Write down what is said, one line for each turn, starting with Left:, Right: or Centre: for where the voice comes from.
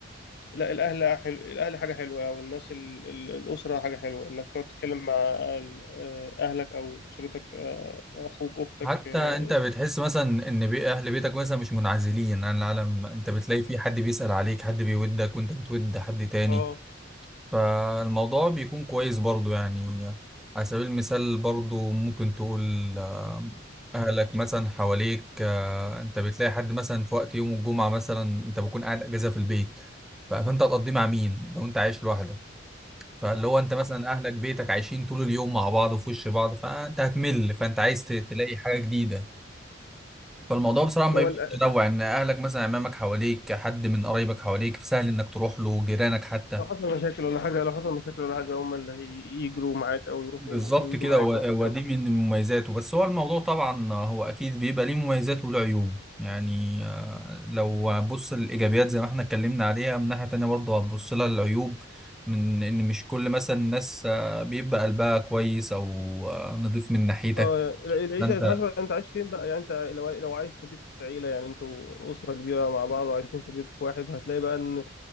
Left: لا الاهل حلو الاهل حاجه حلوه او الناس ال... ال- الاسره حاجه حلوه انك تقعد تتكلم مع ال- آه، اهلك او اسرتك آه، اخوك اختك
Centre: حتى
Left: اه
Centre: انت بتحس مثلا ان بي اهل بيتك مثلا مش منعزلين عن العالم انت بتلاقي في حد بيسأل عليك حد بيودك وانت بتود حد تاني
Left: آه.
Centre: فالموضوع بيكون كويس برضو يعني على سبيل المثال برضو ممكن تقول آه، اهلك مثلا حواليك آه، انت بتلاقي حد مثلا في وقت يوم الجمعة مثلا انت بكون قاعد اجازة في البيت ف- فانت هتقضيه مع مين لو انت عايش لوحدك فاللي هو انت مثلا اهلك بيتك عايشين طول اليوم مع بعض وفي وش بعض فانت هتمل فانت عايز ت- تلاقي حاجة جديدة فالموضوع بصراحة ما
Left: هو
Centre: بيبقى
Left: ال-
Centre: متنوع ان اهلك مثلا امامك حواليك حد من قرايبك حواليك سهل انك تروح له جيرانك حتى
Left: لو حصل مشاكل ولا حاجه لو حصل مشاكل ولا حاجه هم اللي هي- يجروا معاك او يروحوا
Centre: بالظبط
Left: ويجوا
Centre: كده
Left: معاك
Centre: و-
Left: مهما كان
Centre: ودي من مميزاته بس هو الموضوع طبعا هو اكيد بيبقى ليه مميزات وله عيوب يعني آه، لو هتبص الايجابيات زي ما احنا اتكلمنا عليها من ناحية تانية برضه هتبص لها العيوب من ان مش كل مثلا الناس آه، بيبقى قلبها كويس او آه، نضيف من ناحيتك
Left: اه يعني الع- العيشه
Centre: فانت
Left: حسب انت عايش فين بقى يعني انت لو لو عايش في بيت عيله يعني انتوا اسره كبيره مع بعض وعايشين في بيت واحد هتلاقي بقى ان